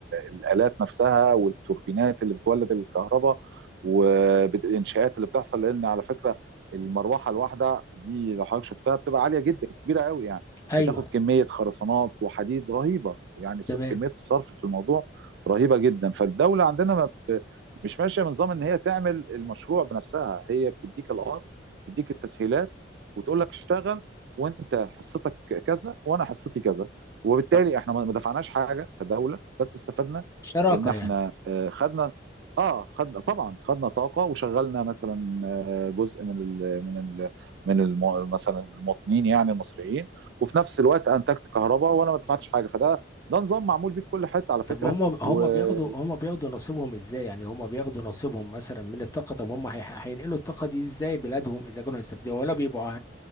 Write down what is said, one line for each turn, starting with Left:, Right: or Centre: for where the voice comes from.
Right: الآلات نفسها والتوربينات اللي بتولد الكهرباء والإنشاءات اللي بتحصل لأن على فكرة المروحة الواحدة دي لو حضرتك شفتها بتبقى عالية جدا كبيرة قوي يعني
Left: ايوه
Right: بتاخد كمية خرسانات وحديد رهيبة يعني
Left: تمام
Right: كمية الصرف في الموضوع رهيبة جدا فالدولة عندنا ما ب- مش ماشية بنظام إن هي تعمل المشروع بنفسها هي بتديك الأرض تديك التسهيلات وتقول لك اشتغل وانت حصتك كذا وانا حصتي كذا وبالتالي
Left: طب
Right: احنا ما دفعناش حاجه كدوله بس استفدنا
Left: شراكة
Right: ان احنا
Left: يعني
Right: آه، خدنا اه خدنا طبعا خدنا طاقه وشغلنا مثلا آه، جزء من ال من ال من ال مثلا المواطنين يعني المصريين وفي نفس الوقت انتجت كهرباء وانا ما دفعتش حاجه فده ده نظام معمول بيه في كل حته على فكره
Left: طب هم هم
Right: وهقول
Left: بياخدوا هم بياخدوا نصيبهم ازاي يعني هم بياخدوا نصيبهم مثلا من الطاقة طب هم هي- هينقلوا الطاقة دي ازاي بلادهم اذا كانوا هيستفيدوا ولا بيبقوا